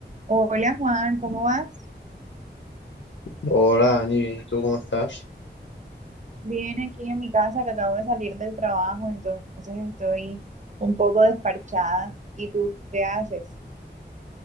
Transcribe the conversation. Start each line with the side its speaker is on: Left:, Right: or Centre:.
Right: Hola Juan, ¿cómo vas?
Left: Hola, Dani, bien, ¿y tú cómo estás?
Right: Bien aquí en mi casa que acabo de salir del trabajo, entonces estoy un poco desparchada. ¿Y tú qué haces?